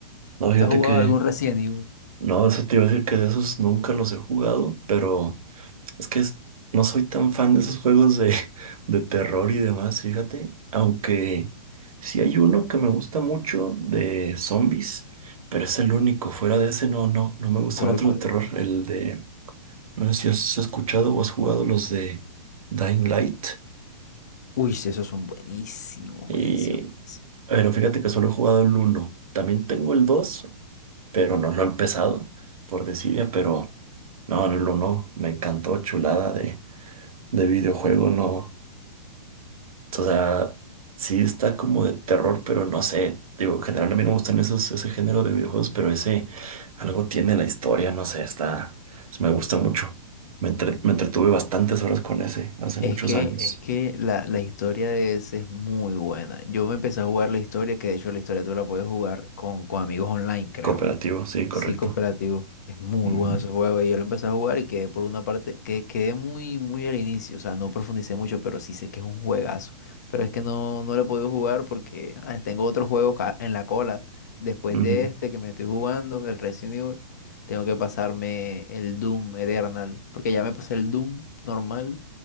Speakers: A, on the right; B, on the left.
A: No, fíjate
B: ¿Te has jugado
A: que.
B: algún Resident Evil?
A: No, eso te iba a decir que de esos nunca los he jugado, pero es que es- no soy tan fan de esos juegos de, <laughs> de terror y demás, fíjate. Aunque sí hay uno que me gusta mucho de zombies, pero es el único. Fuera de ese, no, no, no me gustan
B: ¿Cuál,
A: otros
B: cuál?
A: de terror. El de. No sé si has escuchado o has jugado los de Dying Light.
B: Uy, sí, esos son buenísimos,
A: Y,
B: buenísimos, buenísimos.
A: pero fíjate que solo he jugado el uno También tengo el dos pero no lo he empezado por desidia, pero no, el 1 me encantó, chulada de, de videojuego, no. O sea, sí está como de terror, pero no sé. Digo, en general a mí no me gustan esos, ese género de videojuegos, pero ese algo tiene la historia, no sé, está, me gusta mucho. Me, entre- me entretuve bastantes horas con ese hace muchos
B: Es que,
A: años.
B: es que la, la historia de ese es muy buena. Yo me empecé a jugar la historia, que de hecho la historia tú la puedes jugar con, con amigos online, creo.
A: Cooperativo, sí, correcto.
B: Sí, cooperativo. Es muy
A: Ujú,
B: bueno ese juego. Y yo lo empecé a jugar y quedé por una parte, que quedé muy, muy al inicio. O sea, no profundicé mucho, pero sí sé que es un juegazo. Pero es que no, no lo he podido jugar porque ah, tengo otros juegos ca- en la cola. Después
A: ujú,
B: de este que me estoy jugando, el Resident Evil, tengo que pasarme el Doom Eternal. Porque ya me pasé el Doom normal